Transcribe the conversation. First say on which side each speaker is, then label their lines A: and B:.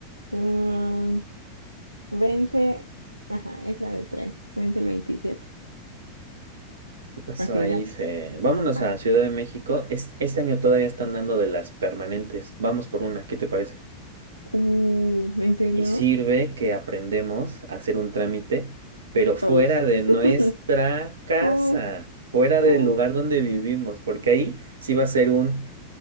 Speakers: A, on the right; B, on the right.
A: mm, vence. Ajá, es la de tres. Vence el 27.
B: ¿Qué pasó
A: A finales.
B: ahí, Fe? Vámonos
A: Ah.
B: a Ciudad de México. Es, este año todavía están dando de las permanentes. Vamos por una, ¿qué te parece?
A: Uh, ¿en serio?
B: Y sirve que aprendemos a hacer un trámite, pero
A: Solos.
B: fuera de nuestra
A: <laughs>
B: casa,
A: Uh,
B: fuera del
A: uh.
B: lugar donde vivimos, porque ahí sí va a ser un,